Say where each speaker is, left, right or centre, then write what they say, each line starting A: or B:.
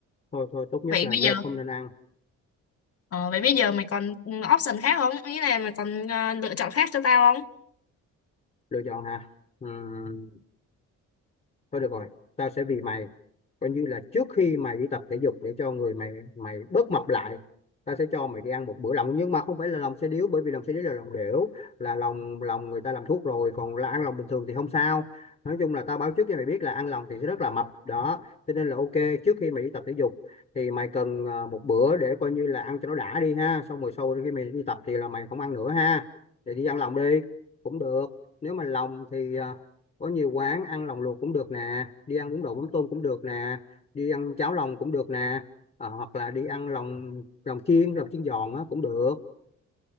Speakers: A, on the left; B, on the left.
A: thôi, thôi. tốt nhất
B: vậy
A: là
B: bây
A: no
B: giờ
A: không nên ăn
B: Ờ, vậy bây giờ mày còn ừ, option khác không? Ý là mày còn ờ, lựa chọn khác cho tao không?
A: lựa chọn hả Ừm, thôi được rồi tao sẽ vì mày coi như là trước khi mày đi tập thể dục để cho người mày mày bớt mập lại ta sẽ cho mày đi ăn một bữa lòng nhưng mà không phải là lòng xe điếu bởi vì lòng xe điếu là lòng đểu là lòng lòng người ta làm thuốc rồi còn là ăn lòng bình thường thì không sao nói chung là tao báo trước cho mày biết là ăn lòng thì sẽ rất là mập đó cho nên là ok trước khi mày đi tập thể dục thì mày cần ờ, một bữa để coi như là ăn cho nó đã đi ha xong rồi sau khi mày đi tập thì là mày không ăn nữa ha thì đi ăn lòng đi cũng được nếu mà lòng thì à, có nhiều quán ăn lòng luộc cũng được nè đi ăn bún đậu mắm tôm cũng được nè đi ăn cháo lòng cũng được nè Ờ, hoặc là đi ăn lòng lòng chiên lòng chiên giòn á cũng được